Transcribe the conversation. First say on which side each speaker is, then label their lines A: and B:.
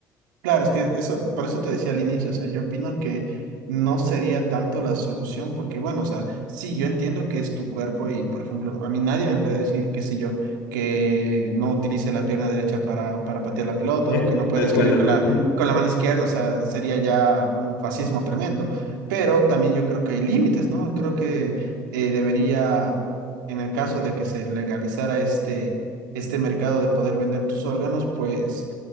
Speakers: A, on the right; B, on the left.
A: Claro, es que eso, por eso te decía al inicio, o sea, yo opino que no sería tanto la solución, porque bueno, o sea, sí, yo entiendo que es tu cuerpo y, por ejemplo, a mí nadie me puede decir, qué sé yo, que no utilice la pierna derecha para, para patear la pelota
B: <laughs>
A: o que no pueda
B: Tal
A: escribir
B: cual,
A: con
B: ajá.
A: la, con la mano izquierda, o sea, sería ya un fascismo tremendo, pero también yo creo que hay límites, ¿no? Creo que eh, debería, en el caso de que se legalizara este, este mercado de poder vender tus órganos, pues